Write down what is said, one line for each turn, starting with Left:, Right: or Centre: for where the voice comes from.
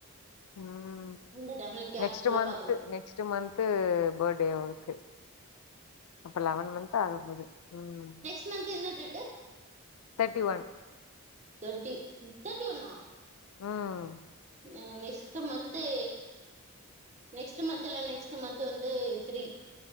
Left: ம்
Right: அந்த டைம்ல கேர்ஃபுல்லா
Left: நெக்ஸ்ட் மந்த்து
Right: பாத்துக்கணு
Left: நெக்ஸ்ட் மந்த்து பிரத்டே அவனுக்கு இப்ப லெவன் மந்த்து ஆக போது ம்
Right: நெஸ்ட் மந்த் என்ன date
Left: thirty one
Right: thirty thirty ஒன்னா
Left: ம்
Right: ம் நெஸ்ட் மந்த்து நெக்ஸ்ட் மந்த் இல்ல நெக்ஸ்ட் மந்த்து வந்து த்ரீ